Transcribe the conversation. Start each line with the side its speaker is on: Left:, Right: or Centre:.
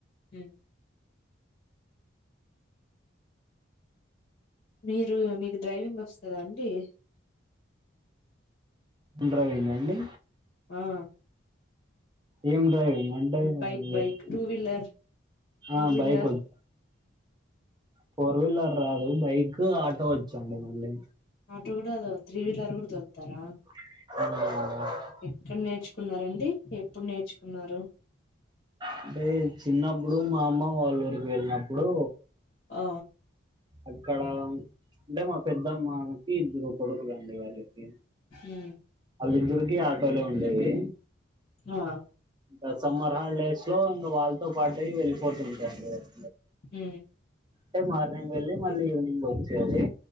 Left: మ్ఁ మీరూ, మీకు డ్రైవింగ్ వస్తదా అండి?
Right: డ్రైవింగా అండి!
Left: ఆఁ
Right: ఏం డ్రైవింగ్ అంటే
Left: bike
Right: bike,
Left: bike two wheeler ఫోర్
Right: ఆఁ
Left: వీలర్
Right: బైక్ వచ్ ఫోర్ వీలర్ రాదు బైక్ ఆటో వచ్చండి మళ్ళీ
Left: ఆటో కూడ దో త్రీ వీలర్ కూడ తోలుతారా
Right: ఆఁ
Left: ఎక్కడ నేర్చుకున్నారండి, ఎప్పుడు నేర్చుకున్నారు?
Right: అంటే చిన్నప్పుడు మా అమ్మ వాళ్ళ ఉరికి వెళ్ళినప్పుడు
Left: ఆ
Right: అక్కడ అంటే మా పెద్దమ్మకి ఇద్దరు కొడుకులు అండి వాళ్ళకి
Left: ఊ
Right: వాళ్ళిద్దరికి ఆటోలో ఉండేవి
Left: ఆ
Right: ఇంకా సమ్మర్ హాలిడేస్ లో ఇంకా వాళ్ళతో పాటే వెళ్ళిపోతుంటి అండి నేను
Left: ఊ
Right: టే మార్నింగ్ వెళ్ళి మళ్ళీ ఈవినింగ్ వచ్చేది